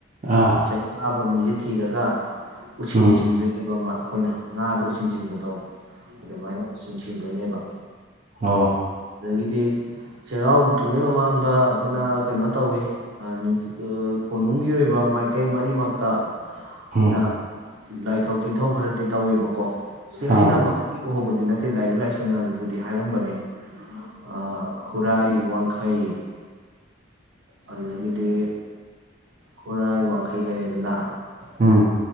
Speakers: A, on the right; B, on the right.
A: ꯑꯥ
B: ꯆꯩꯆꯥꯕ ꯑꯕ ꯃꯤꯖꯦ ꯊꯤꯔꯒ ꯎꯁꯤꯟ
A: ꯎꯝ
B: ꯆꯤꯟꯗꯣꯏꯅꯦꯕ ꯃꯥ ꯑꯈꯣꯏꯅ ꯉꯥꯗ ꯎꯁꯤꯡ ꯁꯤꯡꯕꯗꯣ ꯑꯗꯨ ꯃꯥꯏꯅ ꯎꯁꯤꯟ ꯊꯤꯟꯗꯣꯏꯅꯦꯕ
A: ꯑꯧ
B: ꯑꯗꯒꯤꯗꯤ ꯆꯩꯔꯥꯎꯗ꯭ꯔꯤꯉꯩ ꯃꯃꯥꯡꯗ ꯑꯈꯣꯏꯅ ꯀꯩꯅꯣ ꯇꯧꯋꯤ ꯑ ꯀꯣꯅꯨꯡꯒꯤ ꯑꯣꯏꯕ ꯃꯥꯏꯀꯩ ꯃꯔꯤꯃꯛꯇ ꯑꯈꯣꯏꯅ
A: ꯎꯝ
B: ꯂꯥꯏꯊꯣꯛ ꯇꯤꯟꯊꯧ ꯈꯔꯗꯤ ꯇꯧꯋꯦꯕꯀꯣ ꯁꯤ
A: ꯑꯥ
B: ꯑꯩꯅ ꯃꯣꯇꯤ ꯎꯍꯧꯕꯗꯤ ꯅꯠꯇꯦ ꯂꯥꯏꯔꯤꯛ ꯂꯥꯏꯁꯨꯅꯕꯨꯗꯤ ꯍꯥꯏꯔꯝꯕꯅꯤ ꯑ ꯈꯨꯔꯥꯏ ꯋꯥꯡꯈꯩ ꯑꯗꯨꯗꯒꯤꯗꯤ ꯈꯨꯔꯥꯏ ꯋꯥꯡꯈꯩ ꯂꯩꯔꯦꯗꯅ
A: ꯎꯝ